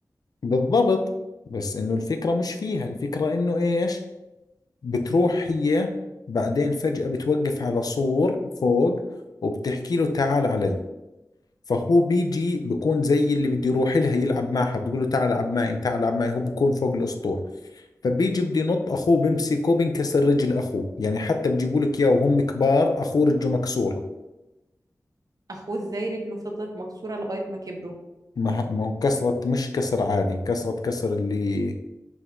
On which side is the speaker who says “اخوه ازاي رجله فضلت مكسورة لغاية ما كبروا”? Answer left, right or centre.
Right